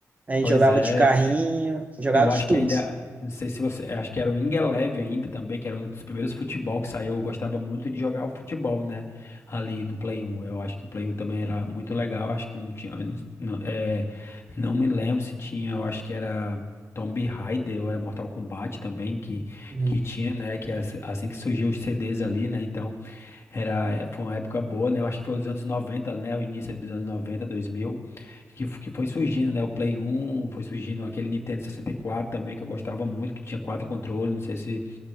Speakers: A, on the right (about 25°); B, on the left (about 45°).
A: a gente
B: Pois
A: jogava
B: é.
A: de carrinho, jogava
B: Eu acho
A: de tudo.
B: que ainda, eu não sei se você, eu acho que era o Ingeleve ainda também, que era um dos primeiros futebol que saiu. Eu gostava muito de jogar o futebol, né? Ali no Play 1. Eu acho que o Play 1 também era muito legal. Acho que não tinha, eu não, não- é, não me lembro se tinha, eu acho que era Tomb Raider ou era Mortal Kombat também que,
A: Uhum.
B: que tinha, né? Que é ass- assim que surgiu os CDs ali, né? Então, era, é, foi uma época boa, né? Eu acho que foi os anos 90, né? O início ali dos anos noventa, dois mil. Que, f- que foi surgindo, né? O Play 1, foi surgindo aquele Nintendo 64 também, que eu gostava muito, que tinha quatro controles, não sei se,